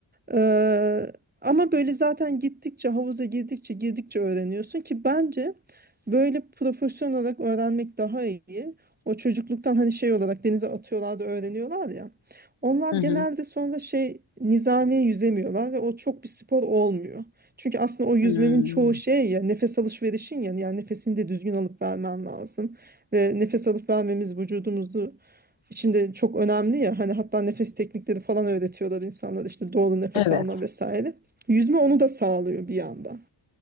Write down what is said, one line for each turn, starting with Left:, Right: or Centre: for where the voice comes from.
Right: Eee, ama böyle zaten gittikçe havuza girdikçe girdikçe öğreniyorsun ki bence böyle profesyonel olarak öğrenmek daha iyi. O çocukluktan hani şey olarak denize atıyorlar da öğreniyorlar ya. Onlar
Left: Hı hı.
Right: genelde sonra şey nizamiye yüzemiyorlar ve o çok bir spor olmuyor. Çünkü aslında o yüzmenin
Left: Hmm.
Right: çoğu şey ya nefes alışverişin ya yani nefesini de düzgün alıp vermen lazım. Ve nefes alıp vermemiz vücudumuzu içinde çok önemli ya hani hatta nefes teknikleri falan öğretiyorlar insanlara işte doğru nefes
Left: Evet.
Right: alma vesaire. Yüzme onu da sağlıyor bir yandan.